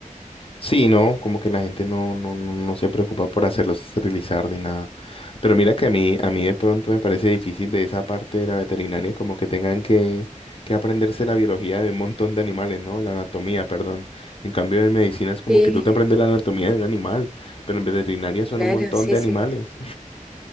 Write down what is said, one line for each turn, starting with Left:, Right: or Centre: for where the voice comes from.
Left: Sí, no, como que la gente no, no, no, no se preocupa por hacerlos esterilizar ni nada. Pero mira que a mí, a mí de pronto me parece difícil de esa parte de la veterinaria, como que tengan que, que aprenderse la biología de un montón de animales, ¿no? La anatomía, perdón. En cambio, en medicina es como
Centre: Sí,
Left: que tú te aprendes la anatomía de un animal, pero en veterinaria son
Centre: claro,
Left: un montón
Centre: sí,
Left: de
Centre: sí.
Left: animales.